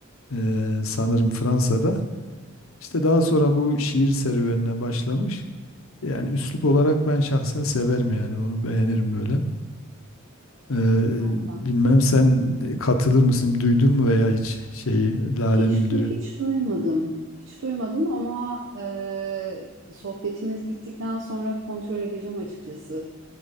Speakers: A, on the left; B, on the right.
A: Ee, sanırım Fransa'da. İşte daha sonra bu şiir serüvenine başlamış. Yani üslup olarak ben şahsen severim yani onu beğenirim böyle. Ee,
B: Harika.
A: bilmem sen katılır mısın? Duydun mu veya hiç şeyi Lale
B: Hiç
A: Müldür'ü?
B: du- hiç duymadım. Hiç duymadım ama e, sohbetimiz bittikten sonra kontrol edeceğim açıkçası.